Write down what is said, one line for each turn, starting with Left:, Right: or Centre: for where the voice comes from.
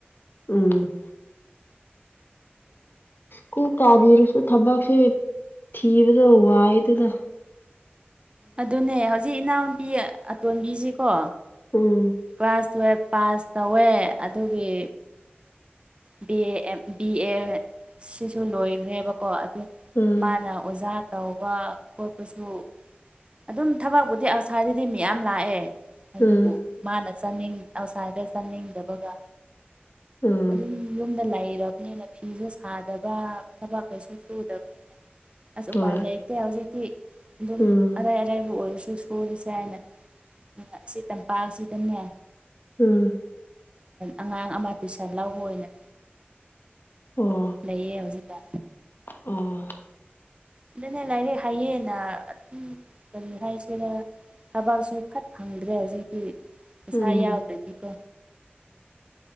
Left: ꯎꯝ ꯀ ꯀꯥꯕꯤꯔ ꯊꯕꯛ ꯐꯦ ꯊꯤꯕꯗꯗ
Right: ꯑꯗꯨꯅꯦ ꯍꯧꯖꯤꯛ ꯏꯅꯥꯎꯨꯄꯤ ꯑꯇꯣꯟꯕꯤꯁꯤꯀꯣ
Left: ꯎꯝ
Right: ꯀ꯭ꯂꯥꯁ ꯇꯨꯋꯦꯜꯞ ꯄꯥꯁ ꯇꯧꯋꯦ ꯑꯗꯨꯒꯤ ꯕꯤ ꯑꯦ ꯕꯤ ꯑꯦ ꯁꯤꯁꯨ ꯂꯣꯏꯈ꯭ꯔꯦꯕꯀꯣ
Left: ꯎꯝ
Right: ꯃꯥꯅ ꯑꯣꯖꯥ ꯇꯧꯕ ꯈꯣꯠꯄꯁꯨ ꯑꯗꯨꯝ ꯊꯕꯛꯄꯨꯗꯤ ꯑꯁꯥꯗꯗꯤ ꯃꯤꯌꯥꯝ ꯂꯥꯛꯑꯦ ꯑꯗꯨꯕꯨ
Left: ꯎꯝ
Right: ꯃꯥꯅ ꯆꯅꯤꯡ ꯑꯥꯎꯁꯥꯏꯠꯇ ꯆꯥꯅꯤꯡꯗꯕꯒ
Left: ꯎꯝ
Right: ꯑꯗꯨꯝ ꯌꯨꯝꯗ ꯂꯩꯔꯕꯅꯤꯅ ꯐꯤꯁꯦ ꯁꯥꯗꯕ ꯊꯕꯛ ꯀꯩꯁꯨ ꯁꯨꯗꯕꯅꯤꯅ ꯑꯁ ꯎꯄꯥꯏ
Left: ꯍꯣꯏ
Right: ꯂꯩꯇꯦ ꯍꯧꯖꯤꯛꯇꯤ ꯑꯗꯨꯝ
Left: ꯎꯝ
Right: ꯑꯔꯥꯏ ꯑꯔꯥꯏꯕꯨ ꯑꯣꯏꯔꯁꯨ ꯑꯗꯨ ꯁꯨꯔꯁꯦ ꯍꯥꯏꯅ ꯑꯁꯤ ꯇꯝꯄꯥꯛꯁꯤꯗꯅꯦ
Left: ꯎꯝ
Right: ꯑꯉꯥꯡ ꯑꯃ ꯄꯤꯁꯥ ꯂꯧꯕ ꯑꯣꯏꯅ
Left: ꯑꯣ
Right: ꯂꯩꯌꯦ ꯍꯧꯖꯤ ꯇ
Left: ꯑꯣ
Right: ꯑꯗꯨꯅꯦ ꯂꯥꯏꯔꯤꯛ ꯍꯩꯌꯦꯅ ꯑꯗꯨꯝ ꯀꯔꯤ ꯍꯥꯏꯁꯤꯔ ꯊꯕꯛꯁꯨ ꯐꯠ ꯐꯪꯗ꯭ꯔꯦ ꯍꯧꯖꯤꯛꯇꯤ ꯄꯩꯁꯥ
Left: ꯎꯝ
Right: ꯌꯥꯎꯗ꯭ꯔꯗꯤꯀꯣ